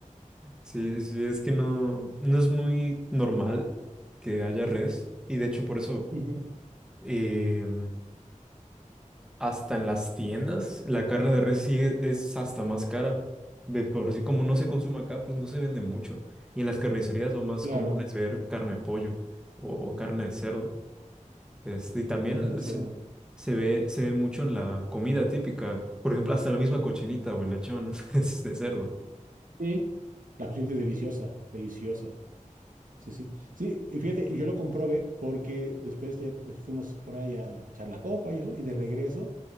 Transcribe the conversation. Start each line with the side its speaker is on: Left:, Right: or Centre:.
Centre: Sí, sí, es que no, no es muy normal que haya res y de hecho por eso
Right: Ujú,
Centre: eh, hasta en las tiendas la carne de res sí es hasta más cara. De por sí como no se consume acá, pues no se vende mucho. Y en las carnicerías lo más
Right: Claro.
Centre: común es ver carne de pollo o carne de cerdo. Este, y también
Right: Carne de
Centre: se,
Right: cerdo.
Centre: se ve, se ve mucho en la comida típica. Por ejemplo, hasta la misma cochinita o el lechón <laughs> es de cerdo.
Right: sí La cochinita es deliciosa, deliciosa. Sí, sí. Sí, y fíjate, y yo lo comprobé porque después ya des- fuimos por ahí a echar la copa y eso, y de regreso